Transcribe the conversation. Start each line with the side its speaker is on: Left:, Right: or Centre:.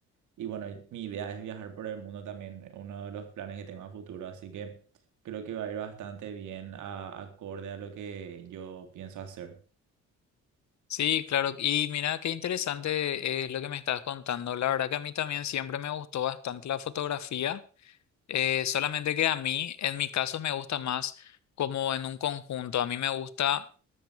Right: Y bueno, mi idea es viajar por el mundo también, uno de los planes que tengo a futuro, así que creo que va a ir bastante bien a- acorde a lo que yo pienso hacer.
Left: Sí, claro. Y mira, qué interesante eh, lo que me estás contando. La verdad que a mí también siempre me gustó bastante la fotografía. Eh, solamente que a mí, en mi caso, me gusta más como en un conjunto. A mí me gusta